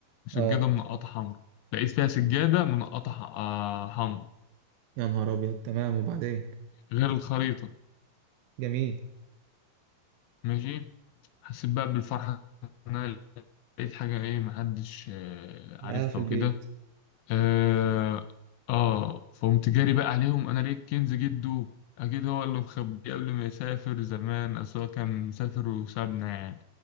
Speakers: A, on the left (about 80°); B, on the right (about 80°).
A: وسجادة
B: اه
A: منقطة حمراء لقيت فيها سجادة منقطة ح- آه، حمراء
B: يا نهار ابيض تمام وبعدين
A: غير الخريطة
B: جميل
A: ماشي حسيت بقى بالفرحة إن أنا لقيت حاجة إيه محدش آه، عارفها
B: اه في البيت
A: وكده آه, آه فقمت جاري بقى عليهم أنا لقيت كنز جده أكيد هو اللي مخبيه قبل ما يسافر زمان أصل هو كان مسافر وسابنا يعني